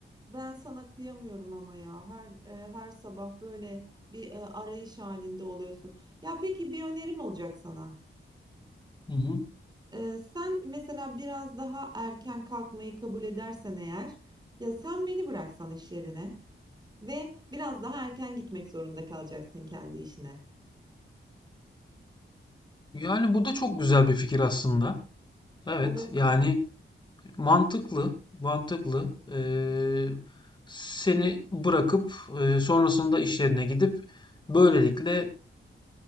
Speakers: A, on the right (about 20°); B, on the left (about 20°).
A: Ben sana kıyamıyorum ama ya her e, her sabah böyle bir e, arayış halinde oluyorsun. Ya peki bir önerim olacak sana.
B: Hı hı.
A: E, sen mesela biraz daha erken kalkmayı kabul edersen eğer, ya sen beni bıraksan iş yerine ve biraz daha erken gitmek zorunda kalacaksın kendi işine.
B: Yani bu da çok güzel bir fikir aslında. Evet,
A: Olabilir.
B: yani mantıklı, mantıklı. Ee, seni bırakıp e, sonrasında iş yerine gidip böylelikle